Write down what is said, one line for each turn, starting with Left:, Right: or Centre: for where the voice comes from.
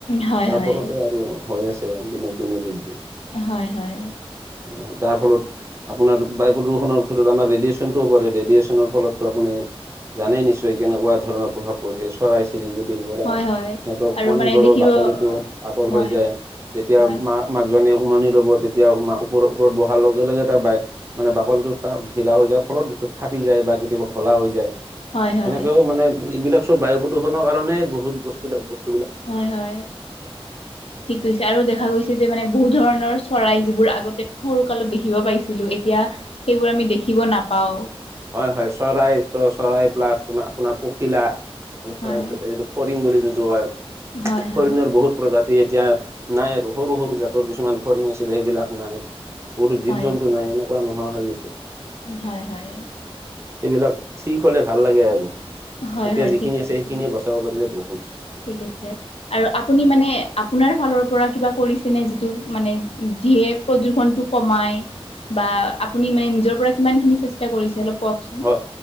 Left: হয়
Right: তাৰ
Left: হয়
Right: ফলতে আৰু হৈ আছে দিনক দিনে বৃদ্ধি।
Left: হয় হয়।
Right: উম, তাৰ ফলত আপোনাৰ বায়ু প্ৰদূষণৰ ভিতৰত আমাৰ ৰেডিয়েচনটো পৰে, ৰেডিয়েচন ফলতটো আপুনি জানেই নিশ্চয় কেনেকুৱা ধৰণৰ প্ৰভাৱ পৰিছে, চৰাই চিৰি কটিৰ পৰা
Left: হয় হয়
Right: সিহঁতৰ
Left: আৰু
Right: কণী
Left: মানে
Right: বোৰৰ
Left: দেখিব
Right: বাকলিটো পাতল
Left: হয়
Right: হৈ যায়। যেতিয়া
Left: হয়
Right: মাঁ মাকজনীয়ে উমনি ল'ব, তেতিয়া ওপৰ ওপৰত বহাৰ লগে লগে তাৰ বাই মানে বাকলিটো তাৰ ঢিলা হৈ যোৱাৰ ফলত ফাটি টি যায় বা কেতিয়াবা ঘোলা হৈ যায়।
Left: হয় হয়
Right: সেনেকাওঁ মানে এইবিলাক, চব বায়ু প্ৰদূষণৰ কাৰণে বহুত বস্তু বস্তু,
Left: হয় হয়। ঠিক কৈছে, আৰু দেখা গৈছে যে মানে বহুত ধৰণৰ চৰাই যিবোৰ আগতে সৰু কালত দেখিব পাইছিলোঁ, এতিয়া সেইবোৰ আমি দেখিব নাপাও।
Right: হয় হয়, চৰাই চৰাই প্লাছ, তোমাৰ আপোনাৰ পখিলা, তাপিছত
Left: হয়
Right: এইটো ফৰিং বুলি যোনটো হয়,
Left: হয় হয়
Right: ফৰিঙৰ বহুত প্ৰজা তি এতিয়া নাই আৰু, সৰু সৰু জাতৰ কিছুমান ফৰিং আছিলে সেইবিলাক নাই। বহুতো জীৱ
Left: হয়
Right: জন্তু নাই, এনেকুৱা নোহোৱা হৈ গৈছে।
Left: হয় হয়।
Right: সেইবিলাক ঠিক হ'লে ভাল লাগে আৰু।
Left: হয়
Right: এতিয়া
Left: হয়
Right: যিখিনি
Left: ঠিক কৈছে
Right: আছে সেইখিনিয়ে বচাব পাৰিলে বহুত।
Left: ঠিক আছে। আৰু আপুনি মানে আপোনাৰ ফালৰ পৰা কিবা কৰিছেনে, যিটো মানে যিয়ে প্ৰদূষণটো কমায়, বা আপুনি মানে নিজৰ পৰা কিমানখিনি চেষ্টা কৰিছে অলপ কওকচোন।
Right: হয়